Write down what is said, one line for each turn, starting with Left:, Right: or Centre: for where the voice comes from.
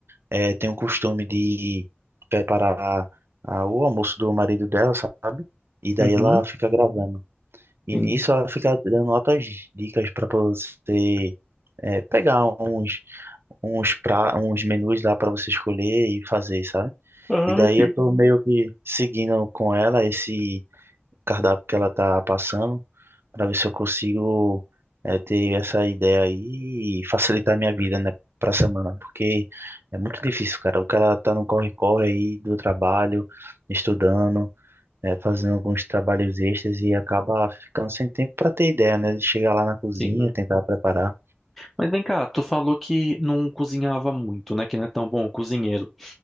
Right: é, tem o costume de preparar a- o almoço do marido dela, sabe? E daí
Centre: Uhum,
Right: ela fica gravando. E
Centre: sim.
Right: nisso ela fica dando altas dicas para você é, pegar uns uns pra, uns menus lá para você escolher e fazer, sabe?
Centre: Ah,
Right: E daí
Centre: sim.
Right: eu tô meio que seguindo com ela esse cardápio que ela tá passando para ver se eu consigo é, ter essa ideia aí e facilitar minha vida, né, pra semana, porque é muito difícil, cara. O cara tá no corre-corre aí do trabalho, estudando né, fazendo alguns trabalhos extras e acaba ficando sem tempo para ter ideia, né, de chegar lá na cozinha,
Centre: Sim.
Right: tentar preparar.
Centre: Mas vem cá, tu falou que não cozinhava muito, né? Que não é tão bom cozinheiro.